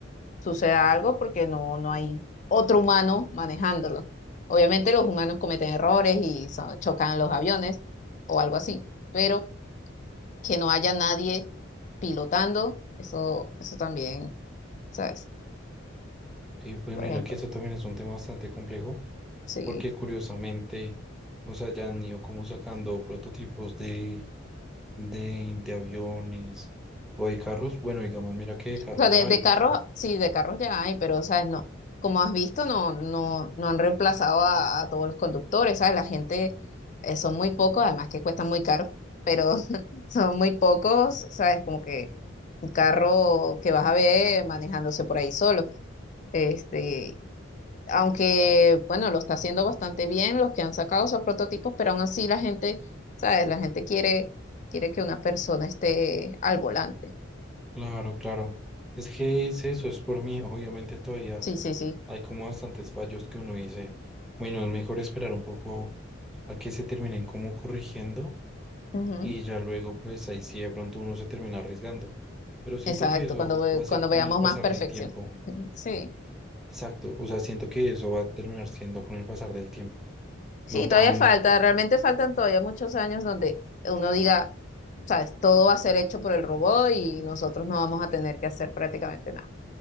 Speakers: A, on the left; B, in the centre.
A: suceda algo porque no, no hay otro humano manejándolo. Obviamente los humanos cometen errores y so- chocan los aviones o algo así, pero que no haya nadie pilotando, eso, eso también, ¿sabes?
B: Y pues
A: Por
B: mira
A: ejemplo,
B: que eso también es un tema bastante complejo
A: sí.
B: porque curiosamente, o sea, ya han ido como sacando prototipos de, de, de aviones o de carros. Bueno, digamos, mira que de carros
A: O sea,
B: ya
A: de, de
B: hay,
A: carros,
B: o sea.
A: sí, de carros ya hay, pero, ¿sabes? No. Como has visto, no, no, no han reemplazado a, a todos los conductores, ¿sabes? La gente eh, son muy pocos, además que cuestan muy caro, pero <laughs> son muy pocos, ¿sabes? Como que un carro que vas a ver manejándose por ahí solo. Este, aunque, bueno, lo está haciendo bastante bien los que han sacado esos prototipos, pero aún así la gente, ¿sabes? La gente quiere, quiere que una persona esté al volante.
B: Claro, claro. Es que es eso, es por mí. Obviamente todavía
A: Sí, sí, sí.
B: hay como bastantes fallos que uno dice, bueno, es mejor esperar un poco a que se terminen como corrigiendo
A: Ujú.
B: y ya luego pues ahí sí de pronto uno se termina arriesgando. Pero siento
A: Exacto,
B: que eso
A: cuando, ve-
B: va a ser
A: cuando
B: con
A: veamos
B: el pasar
A: más perfección.
B: del tiempo.
A: Ujú. Sí.
B: Exacto, o sea, siento que eso va a terminar siendo con el pasar del tiempo.
A: Sí,
B: No
A: todavía
B: tan
A: falta, realmente faltan todavía muchos años donde uno diga, ¿sabes? Todo va a ser hecho por el robot y nosotros no vamos a tener que hacer prácticamente nada.